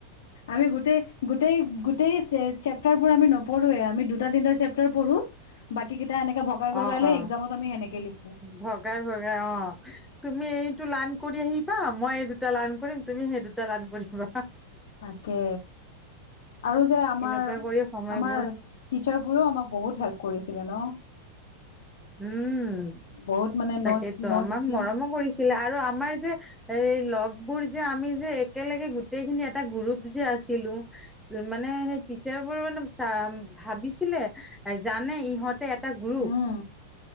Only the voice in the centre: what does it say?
অ
অ
ভগাই ভগাই অ তুমি এই টো লান কৰি আহিবা মই এই দুটা লান কৰিম তুমি সেই দুটা লান কৰিবা
এনেকুৱা কৰি সময়বোৰ
উম
তাকেইেতো
আমাক
মৰমো কৰিছিলে আৰু আমাৰ যে এই লগ বোৰ যে আমি যে একেলগে গোটেইখিনি এটা গ্ৰুপ যে আছিলিলো মানে সেই টিচাৰ বোৰ মানে চ ভাবিছিলে জানে ইহঁতে এটা গ্ৰুপ